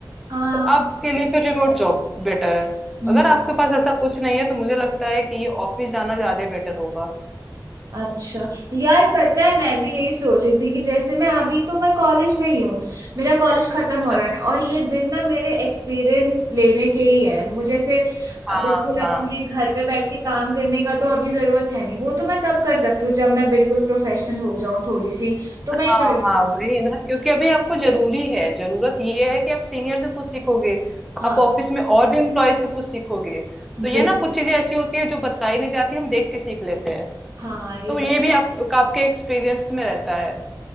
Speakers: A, on the right (about 50°); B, in the centre.
A: हाँ
B: तो आपके लिए फिर रिमोट जॉब बेटर है
A: हम्म
B: अगर आपके पास ऐसा कुछ नहीं है तो मुझे लगता है कि ये ऑफिस जाना ज्यादा बेटर होगा
A: अच्छा यार पता है मैं भी यही सोच रही थी कि जैसे मैं अभी तो मैं कॉलेज में ही हूँ मेरा कॉलेज खत्म
B: अच्छा
A: हो रहा
B: अच्छा
A: है और ये दिन ना मेरे एक्सपीरियंस लेने के ही है मुझे ऐसे
B: हाँ
A: बिल्कुल
B: हाँ
A: अपने घर पे बैठ के काम करने का तो अभी जरूरत है नहीं वो तो मैं तब कर सकती हूँ जब मैं बिल्कुल प्रोफेशनल हो जाऊं थोड़ी सी तो मैं ये
B: हाँ
A: कर लूँ
B: हाँ वही है ना क्योंकि अभी आपको जरूरी है जरूरत ये है कि आप सीनियर से कुछ सीखोगे
A: हाँ
B: आप ऑफिस में और भी एम्प्लॉय से कुछ सीखोगे तो ये
A: बिल्कुल
B: ना कुछ चीजें ऐसी होती है जो बताई नहीं जाती हम देख के सीख लेते हैं
A: हाँ ये
B: तो ये भी आप, आपके एक्सपीरियंस में रहता है